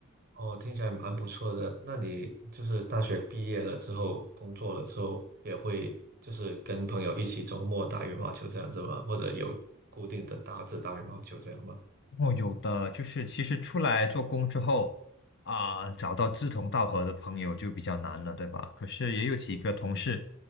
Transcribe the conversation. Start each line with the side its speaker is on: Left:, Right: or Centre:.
Right: 哦，听起来蛮不错的。那你就是大学毕业了之后，工作了之后，也会就是跟朋友一起周末打羽毛球这样子吗？或者有固定的搭子打羽毛球这样吗？
Left: 哦，有的，就是其实出来做工之后啊，找到志同道合的朋友就比较难了，对吧？可是也有几个同事